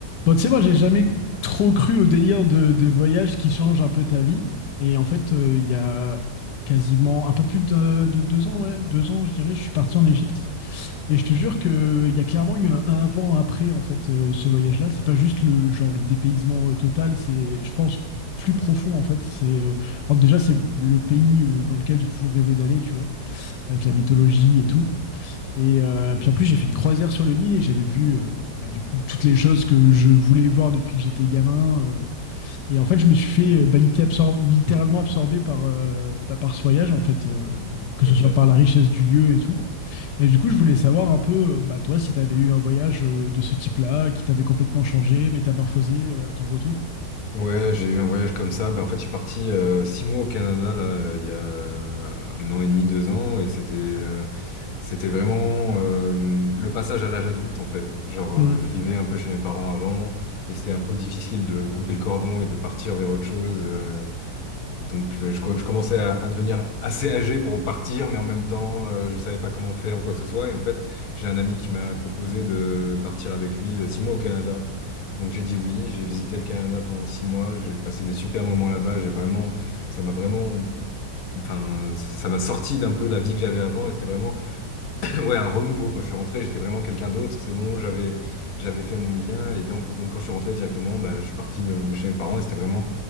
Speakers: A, on the left (about 80°); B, on the left (about 60°).
A: Bon, tu sais, moi, j'ai jamais trop cru au délire de, de voyage qui change un peu ta vie. Et en fait, euh, il y a quasiment un peu plus de, de deux ans, ouais, deux ans, je dirais, je suis parti en Égypte. Et je te jure que il y a clairement eu un, un avant, un après, en fait, euh, ce voyage-là. C'est pas juste le genre le dépaysement euh, total, c'est, je pense, plus profond, en fait. C'est, euh, alors déjà, c'est le pays euh, dans lequel j'ai toujours rêvé d'aller, tu vois, avec la
B: Ouais.
A: mythologie et tout. Et euh, puis en plus, j'ai fait une croisière sur le Nil et j'avais vu euh, bah, du coup toutes les choses que je voulais voir depuis que j'étais gamin. euh. et en fait, je me suis fait euh, bah, litté- absor- littéralement absorbé par, euh, bah, par ce voyage, en fait, euh, que ce
B: Ok.
A: soit par la richesse du lieu et tout. Et du coup, je voulais savoir un peu, euh, bah, toi, si tu avais eu un voyage euh, de ce type-là, qui t'avait complètement changé, métamorphosé euh, à ton retour.
B: Ouais, j'ai eu un voyage comme ça. Bah, en fait, je suis parti euh, six mois au Canada là, euh, il y a euh, un an et demi, deux ans, et c'était euh, c'était vraiment euh, le passage à l'âge adulte en fait. Genre,
A: Hmm.
B: euh, je vivais un peu chez mes parents avant, et c'était un peu difficile de couper le cordon et de partir vers autre chose. euh, et donc, euh, je, co- je commençais à, à devenir assez âgé pour partir, mais en même temps, euh, je savais pas comment faire ou quoi que ce soit. Et en fait, j'ai un ami qui m'a proposé de partir avec lui euh, six mois au Canada. Donc j'ai dit oui, j'ai visité le Canada pendant six mois, j'ai passé des super moments là-bas, j'ai vraiment, ça m'a vraiment, enfin, ça ça m'a sorti d'un peu la vie que j'avais avant et c'était vraiment, <coughs> <clears throat> ouais, un renouveau. Quand je suis rentré, j'étais vraiment quelqu'un d'autre, c'est bon, j'avais, j'avais fait mon lien et donc, donc quand je suis rentré directement, bah, je suis parti de, de chez mes parents et c'était vraiment